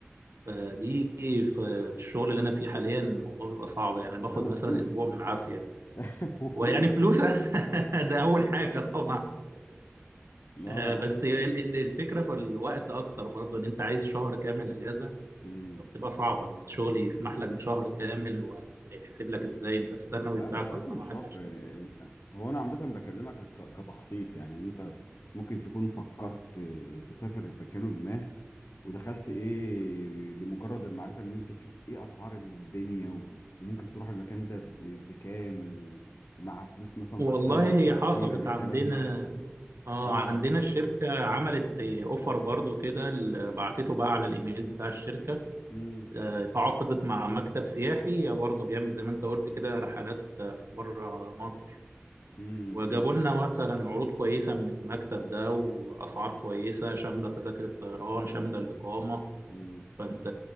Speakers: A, on the right; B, on the left.
A: فدي في الشغل اللي انا فيه حاليا الموضوع بيبقى صعب يعني باخد
B: لا وفلوس
A: مثلا اسبوع بالعافيه
B: <laughs> وفلوس
A: ويعني فلوس <laughs> ده اول حاجه طبعا
B: لا
A: آه، بس هي ال- ال- الفكره في الوقت اكتر برضه ان انت عايز شهر كامل اجازه
B: مم.
A: فبتبقى صعبه ان الشغل يسمح لك بشهر كامل وهيتحسب لك ازاي انت السنوي
B: لا
A: بتاعك
B: مش
A: اصلا
B: لازم شهر
A: 21
B: يعني
A: يوم
B: هو انا عامه بكلمك ك- كتخطيط يعني إن انت ممكن تكون فكرت تسافر مكان ما ودخلت ايه لمجرد المعرفه ان انت تشوف ايه اسعار الدنيا و- وممكن تروح المكان ده ب- بكام ومع فلوس مثلا
A: والله
B: تطلع التاشيره
A: هي حصلت
B: بالكلام
A: عندنا
B: ده
A: اه
B: اه
A: عندنا الشركه عملت زي اوفر برضه كده ال-
B: امم
A: بعتته بقى على الايميل بتاع الشركه
B: امم
A: آه، تعاقدت مع مكتب سياحي برضه بيعمل زي ما انت قلت كده رحلات آه، في بره مصر
B: امم
A: وجابوا لنا مثلا عروض كويسة من المكتب ده وأسعار كويسة شاملة تذاكر الطيران شاملة الإقامة
B: امم
A: فأنت